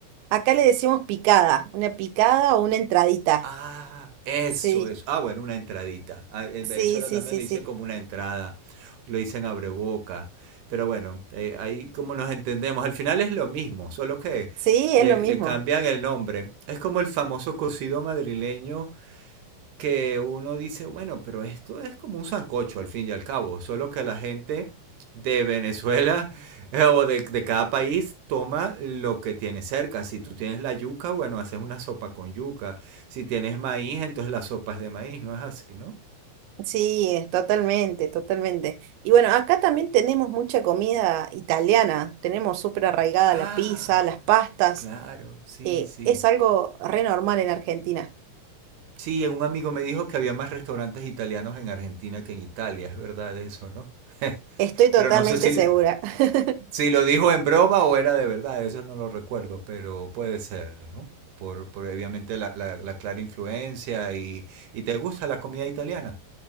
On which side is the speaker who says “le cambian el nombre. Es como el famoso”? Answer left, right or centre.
Right